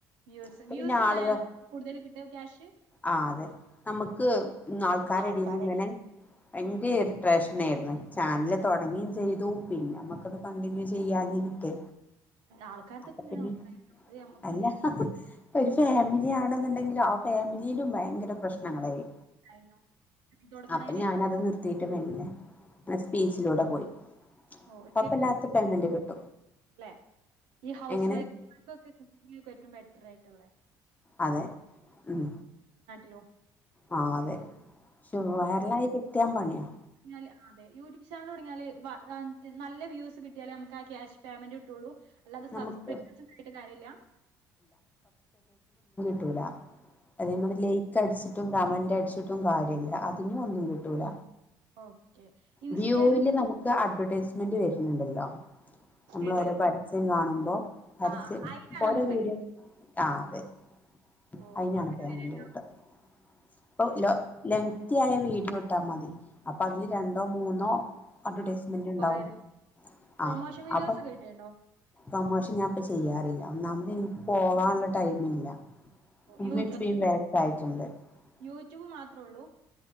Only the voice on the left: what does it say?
അപ്പൊ
പിന്നെ
ആളുക
ആ അതെ നമ്മുക്ക് ആൾക്കാരെ
എടന്ന് ഇങ്ങനെ ഭയങ്കര
ഇറിട്രേഷന ആയിരുന്നു ചാനല് തുടങ്ങിയയും ചെയ്തു പിന്നെ നമ്മുക്കത് കണ്ടിന്യൂ ചെയ്യാഞ്ഞ കിട്ടെ
അപ്പൊ
പിന്നെ
അല്ല
ഒരു
ഫാമിലി ആണെന്നണ്ടെങ്കില് ആ ഫാമിലിയിലും ഭയങ്കര പ്രശ്നങ്ങളായി
അപ്പൊ ഞാനത് നിർത്തിയിട്ടും മെല്ലേ ആ സ്പീച്ചിലൂടെ പോയി
കൊയപ്പല്ലാത്തപേയ്മെന്റ്
കിട്ടും
എങ്ങനെ
അതെ ഉം
ആ അതെവയറലായി കിട്ട്യാ <unintelligible>
നമുക്ക്
<unintelligible> അത ലൈക്ക് അടിച്ചിട്ടും കമന്റ്ടും <unintelligible> ട്ടും കാര്യല്ല അതിന ഒന്നും കിട്ടൂല
വ്യൂൽ നമുക്ക് അഡ്വെർടൈസ്മെന്റ് വരുന്നുണ്ടല്ലോ നമ്മൾ
ഓരോ പരസ്യം കാണുമ്പോ പരസ്യം
ഓരോ വീഡിയോ
ആ അതെ <unintelligible>
വീഡിയോ ട്ടാൽ മതി അപ്പൊ അതില്
ര മൂന്നോ അഡവർൈസ്മെന്റ്
ഉണ്ടാവും
ആ
അപ്പൊ
പ്രൊമോഷൻ ഞാൻപ്പ ചെയ്യാറില്ല ഒന്നാമതെ എനിക്ക് പോവോ ടൈമില്ല <unintelligible>